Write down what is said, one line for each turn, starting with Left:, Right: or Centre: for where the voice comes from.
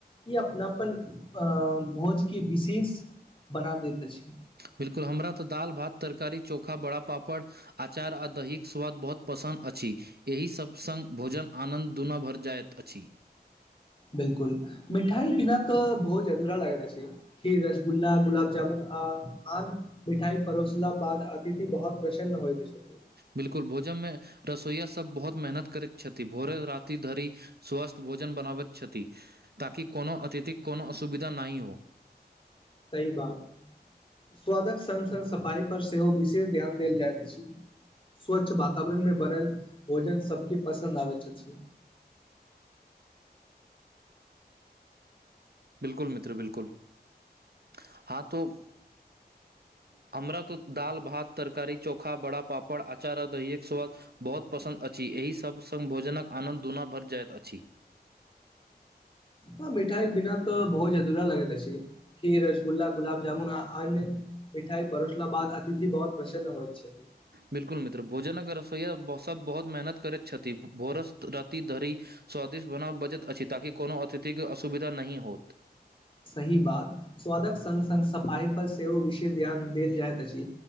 Left: ई अपनापन अ भोज के विशेष बना दैत अछि
Right: बिल्कुल हमरा तऽ दालत भात तरकारी चोखा बड़ा पापड़ अचार आ दही कऽ स्वाद बहुत पसन्द अछि एहि सभ संग भोजन आनन्द दुना भरि जाइत अछि
Left: बिल्कुल मिठाई बिना तऽ भोज अधुरा लागैत अछि खीर रसगुल्ला गुलाबजामुन आ आन मिठाइ परोसला बाद अतिथि बहुत प्रसन्न होइ छथि
Right: बिल्कुल भोजनमे रसोइया सब बहुत मेहनत करैत छथिन भोरे राति धरि स्वस्थ्य भोजन बनाबैत छथि ताकि कोनो अतिथिक कोनो असुविधा नहि हो
Left: सही बात स्वादक संग संग सफाई पर सेहो विशेष ध्यान देल जाइत अछि स्वच्छ वातावरण में बनल भोजन सब केँ पसन्द आबैत छथि
Right: बिल्कुल मित्र बिलकुल <inaudible> हँ तो हमरा तऽ दाल भात तरकारी चोखा बड़ा पापड़ अचार आ दहिये एक स्वाद बहुत पसन्द अछि एहि सभ संग भोजनक आनन्द दुना बढ़ जाइत अछि
Left: हँ मिठाई बिना तऽ भोज अधूरा लगैत अछि खीर रसगुल्ला गुलाबजामुन ह अन मिठाइ परोसला बाद अतिथि बहुत प्रसन्न होइ छ्थै
Right: बिल्कुल मित्र भोजनक रसोइया सब बहुत मेहनत करैत छथि भोरस राति धरि स्वादिष्ट बनाब बचत अछि ताकि कोनो अतिथिके असुविधा नहि होत
Left: सही बात स्वादक स स सफाई पर सेहो विषय ध्यान देल जायत अछि